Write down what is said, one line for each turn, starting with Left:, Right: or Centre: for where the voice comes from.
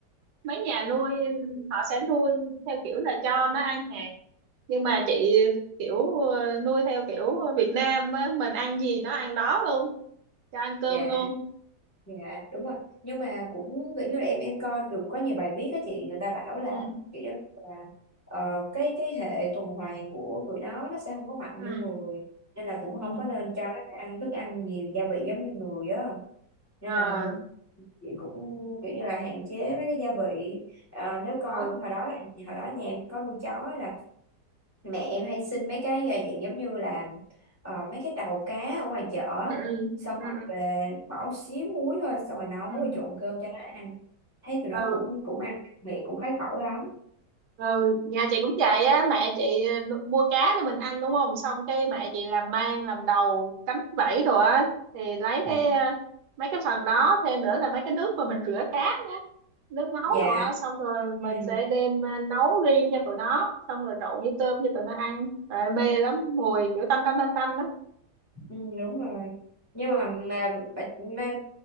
Right: mấy nhà nuôi họ sẽ nuôi theo kiểu là cho nó ăn hạt nhưng mà chị kiểu ờ, nuôi theo kiểu Việt Nam á, mình ăn gì nó ăn đó luôn cho ăn cơm
Left: Dạ.
Right: luôn
Left: Dạ đúng rồi nhưng mà cũng kiểu như là em em coi được có nhiều bài viết á chị người ta bảo là
Right: ừ
Left: kiểu như là ờ, cái cái hệ tuần hoàn của tụi nó nó sẽ không có mạnh
Right: ừ
Left: như người nên là cũng
Right: ừ
Left: không có nên cho nó ăn thức ăn nhiều gia vị giống như người á nên
Right: ờ
Left: là chị cũng kiểu như là hạn chế mấy cái gia vị Ờ, nếu có
Right: ừ
Left: hồi đó là hồi đó nhà em có nuôi chó là mẹ em hay xin mấy cái à, dạng giống như là ờ, mấy cái đầu cá ở ngoài chợ
Right: ừ
Left: xong
Right: ừ
Left: rồi
Right: ừ
Left: về bỏ xíu muối thôi xong rồi nấu
Right: ừ
Left: rồi trộn cơm cho nó ăn thấy tụi
Right: ừ.
Left: nó cũng cũng ăn miệng cũng khoái khẩu lắm
Right: ừ nhà chị cũng vậy á mẹ chị ờ, nu- mua cá để mình ăn đúng không xong cái mẹ chị làm mang làm đầu cánh vảy rồi á thì lấy
Left: ừ.
Right: cái ờ, mấy cái phần đó thêm nữa là mấy cái nước mà mình rửa cá á nước máu
Left: Dạ. dạ
Right: rồi á xong rồi mình
Left: ừ.
Right: sẽ đem ờ, nấu riêng cho tụi nó xong rồi trộn với cơm cho tụi nó ăn rồi mê lắm mùi kiểu tanh tanh tanh tanh đó
Left: ừ, đúng rồi nhưng mà, mà, mà, mà